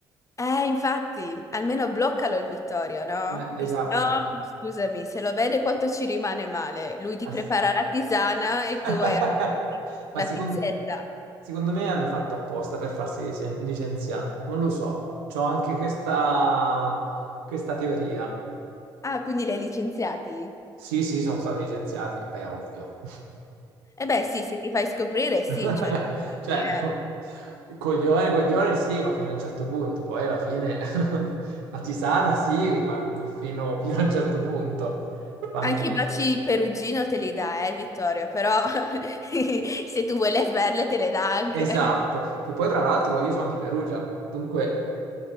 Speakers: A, on the left (about 25°); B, on the right (about 75°).
A: eh, infatti, almeno bloccalo il Vittorio, no?
B: Eh, esatto.
A: Che se no, scusami, se lo vede quanto ci rimane male. Lui ti
B: Ass-
A: prepara la tisana
B: <laughs>
A: e tu hai a- la
B: Ma secon-
A: pizzetta.
B: secondo me hanno fatto apposta per farsi licen- licenziare. Non lo so. C'ho anche questa, questa teoria.
A: Ah, quindi li hai licenziati?
B: Sì, sì, sono stati licenziati. Beh, ovvio.
A: Eh beh, sì, se ti fai scoprire, sì,
B: <laughs>
A: cioè, scusami,
B: Cioè,
A: eh.
B: coglione, coglione, sì, ma fino a un certo punto. Poi alla fine <laughs> la tisana, sì, ma fino, fino a un certo punto. Quando
A: Anche
B: poi-
A: i baci perugino te li dà, eh, Vittorio, però <laughs> se tu vuoi le sberle te le dà anche.
B: Esatto. Che poi, tra l'altro, io sono di Perugia. Dunque...